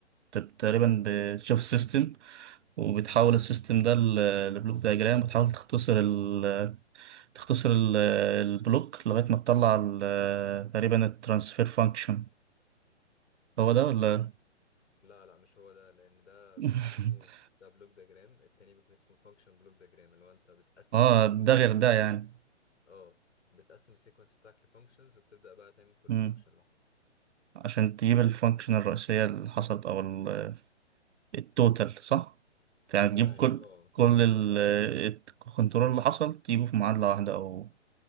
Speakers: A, on the right; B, on the left.
A: كنت تقريبا
B: اه
A: بتشوف
B: بس
A: السيستم وبتحول
B: اه
A: السيستم ده ل- لبلوك دياجرام وتحاول تختصر ال تختصر ال- البلوك لغاية ما تطلع ال- تقريبا الترانسفير فانكشن هو
B: ايوه
A: ده ولا
B: ايوه لا لا مش هو ده لان ده
A: <laughs>
B: بيكون اسمه ده بلوك دياجرام التاني بيكون اسمه فانكشن بلوك دياجرام اللي هو انت بتقسم
A: اه
B: الشغل
A: ده
B: بتاعك
A: غير ده يعني
B: أو- اه بتقسم السيكونس بتاعك لفانكشنز وبتبدا بقى تعمل كل
A: مم.
B: فانكشن لوحده
A: عشان تجيب الفانكشن الرئيسية اللي حصلت او ال- التوتال صح يعني
B: يعني
A: تجيب كل
B: اه
A: كل ال-
B: حاجه
A: الكنترول اللي حصل تجيبه في معادلة واحدة او